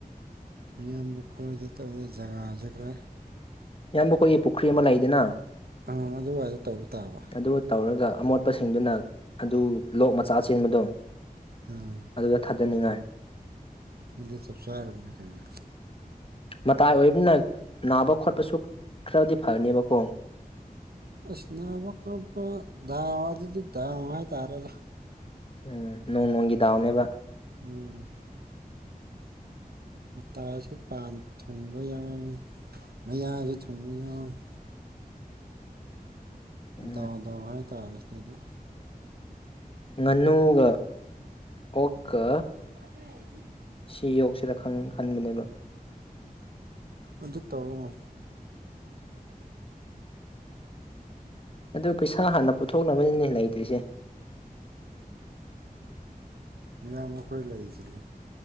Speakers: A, on the right; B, on the left.
A: ꯃꯌꯥꯝꯕꯨ ꯈꯣꯏꯗ ꯇꯧꯋꯦ ꯖꯒꯥꯖꯦ ꯈꯔ
B: ꯏꯌꯥꯝꯕ ꯑꯩꯈꯣꯏꯒꯤ ꯄꯨꯈ꯭ꯔꯤ ꯑꯃ ꯂꯩꯗꯅ
A: ꯑꯥ ꯑꯗꯨꯋꯥꯏꯗ ꯇꯧꯕ ꯇꯥꯕ
B: ꯑꯗꯨ ꯇꯧꯔꯒ ꯑꯃꯣꯠꯄꯁꯤꯡꯗꯨꯅ ꯑꯗꯨ ꯂꯣꯛ ꯃꯆꯥ ꯆꯦꯟꯕꯗꯣ
A: ꯑꯝ
B: ꯑꯗꯨꯒ ꯊꯥꯗꯅꯤꯡꯉꯥꯏ
A: ꯃꯗꯤ ꯆꯞ ꯆꯥꯔꯕꯅꯦ ꯀꯩꯅꯣ꯫
B: ꯃꯇꯥꯏ ꯑꯣꯏꯕꯅ ꯅꯥꯕ ꯈꯣꯠꯄꯁꯨ ꯈꯔꯗꯤ ꯐꯅꯦꯕꯀꯣ꯫
A: ꯑꯁ ꯅꯥꯕ ꯈꯣꯠꯄ ꯗꯥꯎ ꯑꯗꯨꯗꯤ ꯗꯥꯎ ꯍꯥꯏꯇꯥꯔꯦꯅꯦ
B: ꯎꯝ ꯅꯣꯡ ꯅꯣꯡꯒꯤ ꯗꯥꯎꯅꯦꯕ
A: ꯎꯝ ꯃꯇꯥꯁꯨ ꯄꯥꯟ ꯊꯣꯡꯕ ꯌꯥꯎꯔꯝꯃꯤ ꯃꯌꯥꯁꯨ ꯊꯣꯡꯕ ꯌꯥꯎꯔꯝꯃꯤ
B: ꯎꯝ
A: ꯗꯥꯎ ꯗꯥꯎ ꯍꯥꯏꯇꯥꯔꯦ ꯑꯗꯨꯗꯤ
B: ꯉꯥꯅꯨꯒ ꯑꯣꯛꯀ
A: ꯄꯒ ꯍꯥꯏ
B: ꯁꯤ ꯌꯧꯁꯤꯜꯂ ꯈꯟꯕꯅꯦꯕ
A: ꯑꯗꯨ ꯇꯧꯑꯣ꯫
B: ꯑꯗꯨ ꯄꯩꯁꯥ ꯍꯥꯟꯅ ꯄꯨꯊꯣꯛꯅꯕꯅꯤꯅꯦ ꯂꯩꯇ꯭ꯔꯤꯁꯦ
A: ꯃꯌꯥꯝ ꯑꯩꯈꯣꯏ ꯂꯩꯁꯤꯅꯤ